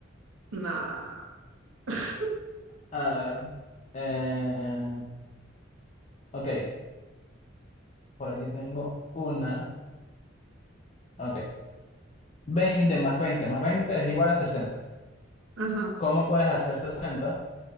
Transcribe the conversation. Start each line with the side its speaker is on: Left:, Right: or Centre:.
Right: Nah. <laughs>
Left: A ver, eh, ok, por aquí tengo una, ok. veinte más 20 más 20 es igual a sesenta
Right: Ajá.
Left: ¿Cómo puedes hacer 60